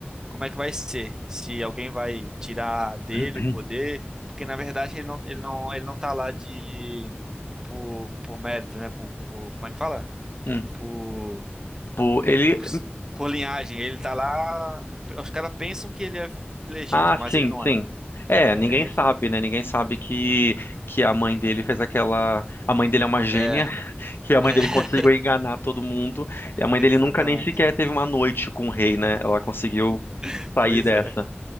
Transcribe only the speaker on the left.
<clears throat>
Hum.
Pô, Ele,
ah,
sim,
sim.
É,
ninguém
sabe, né? Ninguém sabe que que a mãe dele fez aquela, a mãe dele é uma gênia,
<laughs> que a mãe
dele conseguiu enganar todo mundo, e a mãe
dele
nunca nem sequer teve uma noite com o rei, né? Ela conseguiu
sair
dessa.